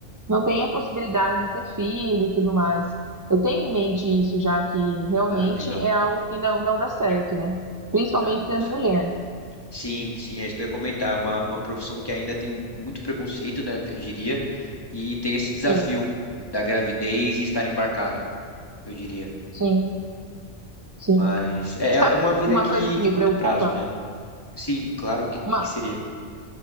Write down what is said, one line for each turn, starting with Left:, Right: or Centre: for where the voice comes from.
Right: Não tem a possibilidade de ter filho e tudo mais. Eu tenho em mente isso já que realmente
Left: Ah, legal.
Right: é algo que não, não dá certo, né? Principalmente
Left: Ah, bom
Right: sendo
Left: saber.
Right: mulher.
Left: Sim, sim, é isso que eu ia comentar. É uma, uma profissão que ainda tem um- muito preconceito, né, eu diria, e tem esse desafio
Right: Sim,
Left: da gravidez e estar embarcado, eu diria.
Right: sim, sim.
Left: Mas é,
Right: Sabe
Left: é uma vida
Right: uma
Left: que
Right: coisa que
Left: de
Right: me
Left: curto
Right: preocupa?
Left: prazo, né? Sim, claro, o que,
Right: Uma,
Left: que que seria?